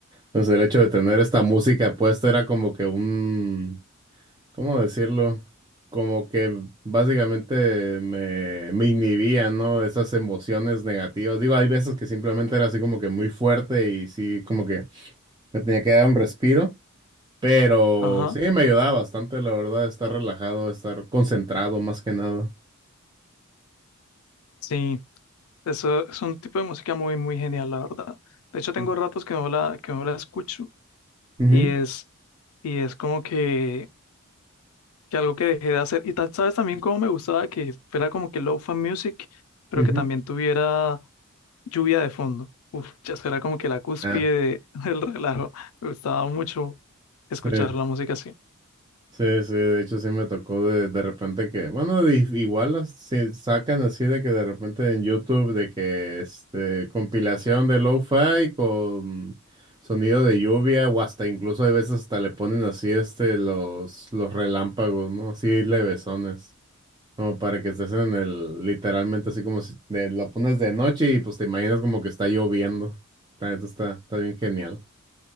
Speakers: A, on the right; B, on the left.
A: Pues el hecho de tener esta música puesta era como que un, ¿cómo decirlo? Como que básicamente me, me inhibía, ¿no? Esas emociones negativas. Digo, hay veces que simplemente era así como que muy fuerte y sí, como que me tenía que dar un respiro, pero
B: Ajá,
A: sí me ayudaba bastante, la verdad, estar relajado, estar concentrado más que nada.
B: sí, eso es un tipo de música muy, muy genial, la verdad. De hecho, tengo
A: Mm.
B: ratos que no la, que no la escucho
A: Ujú,
B: y es, y es como que que algo que dejé de hacer. Y tal sabes también cómo me gustaba que fuera como que low fan music, pero
A: ujú.
B: que también tuviera lluvia de fondo. Uf, ya eso era como que la cúspide
A: Ah,
B: de- <laughs> del relajo. Me gustaba mucho escuchar
A: sí.
B: la música así.
A: Sí, sí, de hecho sí me tocó de, de repente que, bueno, di- igual las- se sacan así de que de repente en YouTube de que este compilación de lo-fi con sonido de lluvia o hasta incluso hay veces hasta le ponen así este los los relámpagos, ¿no? Así levesones, como para que estés en el literalmente así como si de- lo pones de noche y pues te imaginas como que está lloviendo. La neta está está bien genial.